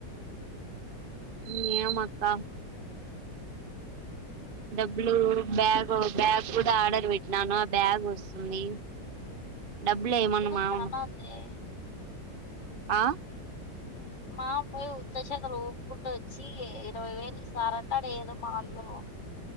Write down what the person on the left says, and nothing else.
డబ్బులు
చానా ఉందే
మామ పోయి ఉత్త చేతుల ఊపుకుంట వచ్చి ఇరవై వేలు ఇస్ స్తారంట ఆడ ఏదో మాల్లో